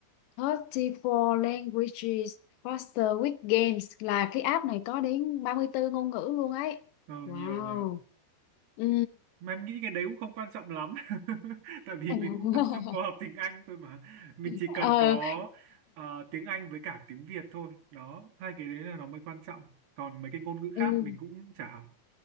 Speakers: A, on the left (about 80°); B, on the right (about 70°).
A: 34 languages faster with games là cái app này có đến 34 ngôn ngữ luôn ấy
B: ờ
A: wow
B: nhiều nhỉ
A: ừ.
B: mà em nghĩ cái đấy cũng không quan trọng lắm <laughs> tại vì
A: <laughs>
B: mình cũng tập trung vào học tiếng Anh thôi mà mình chỉ
A: ờ
B: cần có ờ, tiếng Anh với cả tiếng Việt thôi đó hai cái đấy là nó mới quan trọng còn mấy cái ngôn ngữ
A: Ừ.
B: khác mình cũng chả học